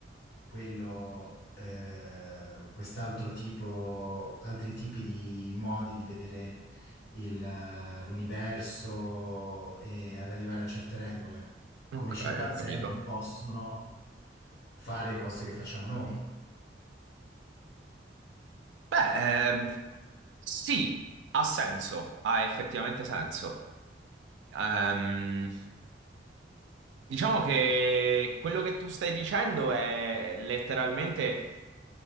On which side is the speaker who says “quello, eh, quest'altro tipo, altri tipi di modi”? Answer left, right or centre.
Left